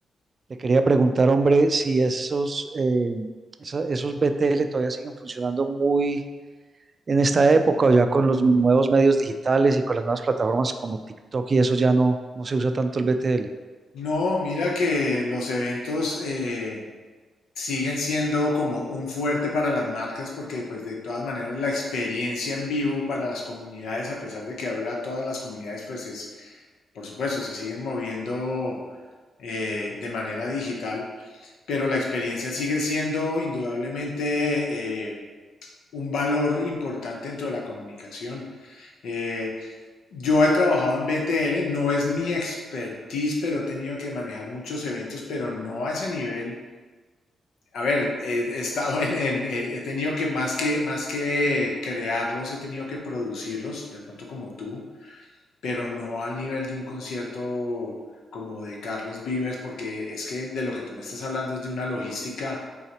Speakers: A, on the right (about 45°); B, on the left (about 75°).
A: le quería preguntar, hombre, si esos, eh, esa- esos BTL todavía siguen funcionando muy en esta época, o ya con los nuevos medios digitales y con las nuevas plataformas como TikTok y eso ya no, no se usa tanto el BTL.
B: No, mira que los eventos eh, siguen siendo como un fuerte para las marcas porque pues de todas maneras la experiencia en vivo para las comunidades, a pesar de que ahora todas las comunidades pues es, por supuesto, se siguen moviendo eh, de manera digital, pero la experiencia sigue siendo indudablemente... eh, un valor importante dentro de la comunicación. Eh, yo he trabajado en BTL, no es mi expertise, pero he tenido que manejar muchos eventos, pero no a ese nivel. A ver, eh, he estado en, en eh, he tenido que más, que más que crearlos, he tenido que producirlos, de pronto como tú, pero no al nivel de un concierto como de Carlos Vives, porque es que de lo que tú me estás hablando es de una logística